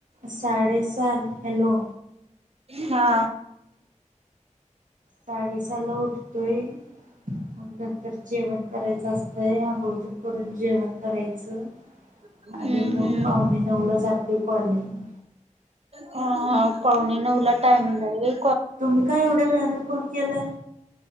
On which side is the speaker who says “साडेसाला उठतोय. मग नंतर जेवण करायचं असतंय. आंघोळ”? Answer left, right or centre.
Right